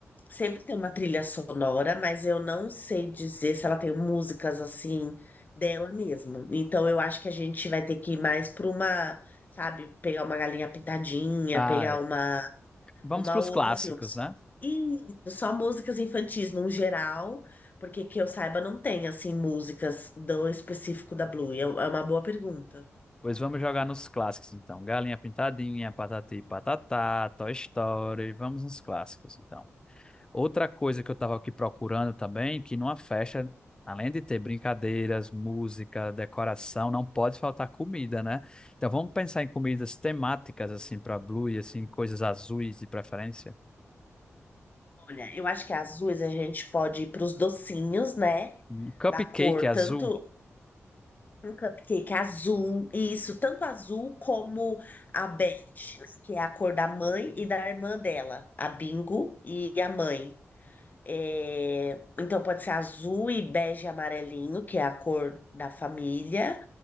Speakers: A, on the left (about 35°); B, on the left (about 15°).
A: Sempre tem uma trilha sonora, mas eu não sei dizer se ela tem músicas assim dela mesmo. Então eu acho que a gente vai ter que ir mais para uma, sabe, pegar uma galinha pintadinha,
B: Ah,
A: pegar
B: é.
A: uma,
B: vamos
A: uma
B: para
A: outra
B: os clássicos,
A: assim.
B: né?
A: Isso, só músicas infantis no geral, porque que eu saiba não tem assim músicas do específico da Blue. É é uma boa pergunta.
B: Pois vamos jogar nos clássicos, então. Galinha Pintadinha, Patati e Patatá, Toy Story, vamos nos clássicos, então. Outra coisa que eu estava aqui procurando também, que numa festa, além de ter brincadeiras, música, decoração, não pode faltar comida, né? Então vamos pensar em comidas temáticas assim para Blue e assim coisas azuis de preferência.
A: Olha, eu acho que azuis a gente pode ir para os docinhos, né?
B: Hum, Cupcake
A: da cor,
B: azul.
A: tanto Um cupcake azul, isso, tanto azul como a bege, né, que é a cor da mãe e da irmã dela, a Bingo e a mãe. É, então pode ser azul e bege e amarelinho, que é a cor da família,